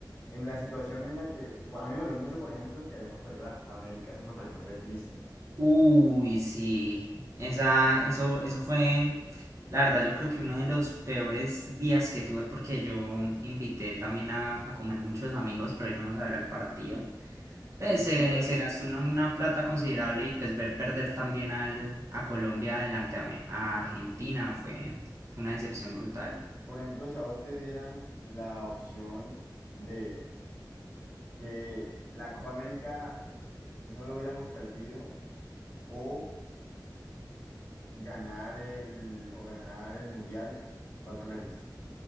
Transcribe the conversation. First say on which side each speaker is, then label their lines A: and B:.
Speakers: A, on the left; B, on the right.
A: En la situación en la que a mí me dolió mucho, por ejemplo, que hayamos perdido la Copa América. Eso me pareció re triste.
B: Uy, sí, esa, eso, eso fue, la verdad, yo creo que uno de los peores días que tuve porque yo invité también a, a comer muchos amigos para irnos a ver al partido. Pues
A: Sí,
B: se,
A: entonces,
B: se gastó uno una plata considerable y pues ver perder también al, a Colombia delante a, Me- a Argentina fue, fue una decepción brutal.
A: por ejemplo, si a vos te dieran la opción de que la Copa América no lo hubiéramos perdido o ganar el, o ganar el Mundial, ¿cuál preferís?